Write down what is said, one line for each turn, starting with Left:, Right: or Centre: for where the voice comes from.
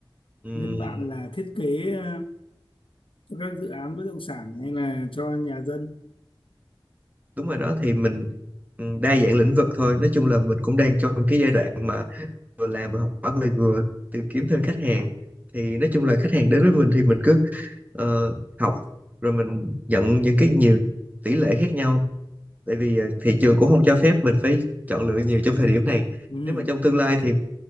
Right: Ừm,
Left: bên bạn là thiết kế ờ, cho các dự án bất động sản hay là cho nhà dân
Right: đúng rồi đó, thì mình ừm, đa dạng lĩnh vực thôi. Nói chung là mình cũng đang trong cái giai đoạn mà vừa làm vừa học hỏi, vừa vừa tìm kiếm thêm khách hàng. Thì nói chung là khách hàng đến với mình thì mình cứ ờ, học rồi mình nhận những cái nhiều tỷ lệ khác nhau tại vì ờ, thị trường cũng không cho phép mình phải chọn lựa nhiều trong thời điểm này
Left: ừ.
Right: nếu mà trong tương lai thì